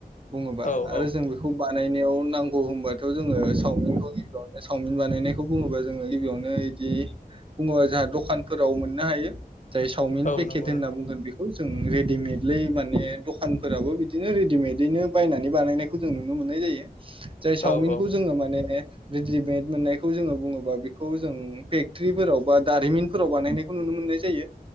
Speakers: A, on the right; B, on the left.
A: बुङोबा
B: औ
A: आरो
B: औ
A: जों बेखौ बानायनायाव नांगौ होनबाथ' जोङो सावमिनखौ गिबियावनो चावमिन बानायनायखौ बुङोबा जोङो गिबियावनो बिदि बुङो जाहा दखानफोराव मोननो हायो। जाय सावमिन
B: औ
A: पेकेट
B: नंगौ
A: होनना
B: नोंथां
A: बुंगोन बेखौ जों रेडिमेदलै माने दख दखानफोराबो बिदिनो रेडिमेदैनो बायनानै बानायनायखौ जों नुनो मोननाय जायो। जाय सावमिनखौ
B: औ औ
A: जोङो माने रेडिमेद मोननायखौ जोङो बुङोबा बेखौ जों फेकट्रिफोराव बा दारिमिनफोराव बानायनायखौ नुनो मोनो मोननाय जायो